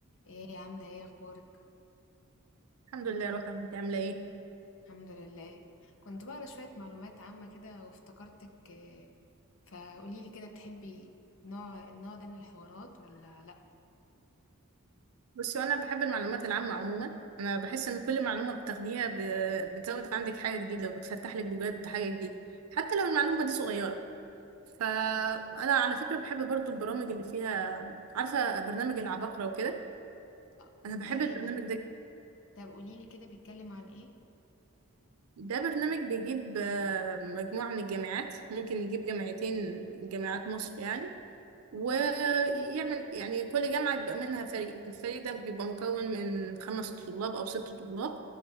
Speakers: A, on the left (about 65°); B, on the right (about 80°).
A: ايه عاملة ايه اخبارك
B: الحمد لله يا روحي انت عامله ايه
A: الحمد لله كنت بقرا شوية معلومات عامة كده وافتكرتك إيه، فقوليلي كده بتحبي نوع النوع ده من الحوارات ولا لا
B: بصي وانا بحب المعلومات العامه عموما انا بحس ان كل معلومه بتاخديها ب... بتزود عندك حاجه جديده وبتفتح لك بجد حاجه جديده حتى لو المعلومه دي صغيره فانا على فكره بحب برضو البرامج اللي فيها عارفه برنامج العباقره وكده
A: آه،
B: انا بحب
A: تقريبا
B: البرنامج ده
A: طب قوليلي كده بيتكلم عن ايه
B: ده برنامج بيجيب آه، مجموعه من الجامعات ممكن يجيب جامعتين جامعات مصر يعني ويعمل يعني كل جامعة بيبقى منها فريق الفريق ده بيبقى مكون من خمس طلاب أو ست طلاب